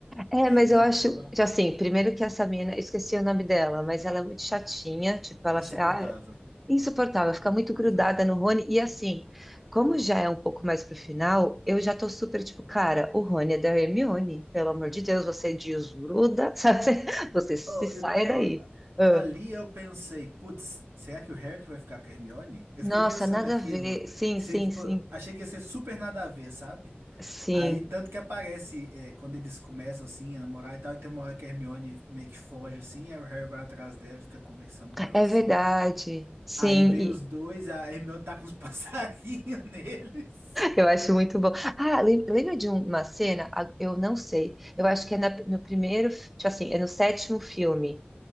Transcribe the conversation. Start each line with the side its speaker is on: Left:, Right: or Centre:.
Centre: É,
Right: Aí
Centre: mas
Right: A Hermione
Centre: eu acho,
Right: fica boladona.
Centre: já assim, primeiro que essa mina, eu esqueci o nome dela, mas ela é muito chatinha, tipo, ela
Right: Insuportável.
Centre: ah, é insuportável, fica muito grudada
Right: Insuportável.
Centre: no Rony, e assim, como já é um pouco mais pro final, eu já tô super, tipo, cara, o Rony é da Hermione, pelo amor de Deus, você desgruda, <laughs> sabe? Você se
Right: Oh,
Centre: saia
Right: e o pior,
Centre: daí. Ah,
Right: ali eu pensei, putz, será que o Harry que vai ficar com a Hermione? Eu
Centre: nossa,
Right: fiquei pensando
Centre: nada
Right: naquilo,
Centre: a ver, sim,
Right: se,
Centre: sim,
Right: tipo,
Centre: sim,
Right: achei que ia ser super nada a ver, sabe?
Centre: sim,
Right: Aí, tanto que aparece, é, quando eles começam, assim, a namorar e tal, e tem uma hora que a Hermione meio que foge, assim, aí o Harry vai atrás dela e fica conversando com ela,
Centre: é
Right: assim.
Centre: verdade, sim,
Right: Aí vem os dois, a Hermione tá com os <laughs> passarinhos neles.
Centre: Eu acho muito bom. Ah, lem- lembra de uma cena? Ah, Eu não sei. Eu acho que é na- no primeiro, fi- tipo assim, é no sétimo filme,